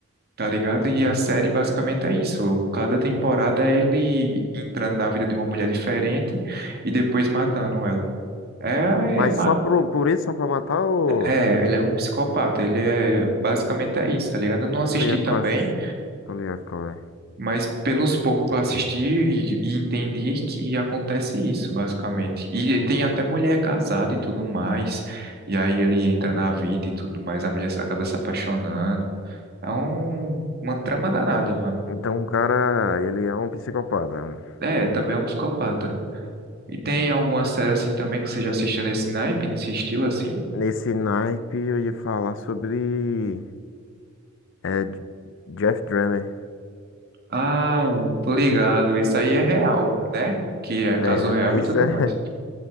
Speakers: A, on the right; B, on the left.
A: tá ligado? E a série basicamente é isso. Cada temporada é ele entrando na vida de uma mulher diferente e depois matando ela. É,
B: Mas
A: é, ma-
B: só pro, por isso, só pra matar ou.
A: é, ele é um psicopata, ele é basicamente é isso, tá ligado? Eu não assisti
B: Tô ligado
A: também,
B: qual é essas. Tô ligado qual é.
A: mas pelos poucos que eu assisti e, e entendi que acontece isso, basicamente. E tem até mulher casada e tudo mais, e aí ele entra na vida e tudo mais, a mulher se- acaba se apaixonando. É um, uma trama danada, mano.
B: Então o cara, ele é um psicopata.
A: É, também é um psicopata. E tem alguma série assim também que você já assistiu nesse naipe, nesse estilo assim?
B: Nesse naipe eu ia falar sobre. É, J- Jeff Dahmer.
A: Ah, tô ligado. Isso aí é real, né? Que é caso
B: É,
A: real
B: na- isso
A: e tudo
B: é.
A: mais.